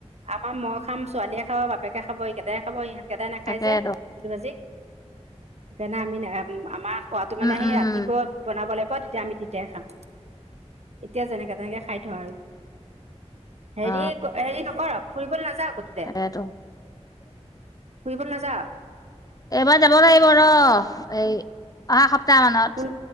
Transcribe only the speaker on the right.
আমাৰ মই খাম ছোৱালীয়ে খাব বাপেকে খাব এইকেইটাই খাব ইহতকেইটাই নাখাই
যে কুন্দুলী ভাজি। গেনা মিনা আমাৰ খোৱাতো মানে
সেই
ৰাতিক বনাব লাগিব তেতিয়া আমি তেতিয়াই খাম। এতিয়া যেনেকে তেনেকে খাই থওঁ আৰু হেৰি
হেৰি নকৰ। ফুৰিব নাযাওঁ কতোতে
ফুৰিব নাযাওঁ।
কোন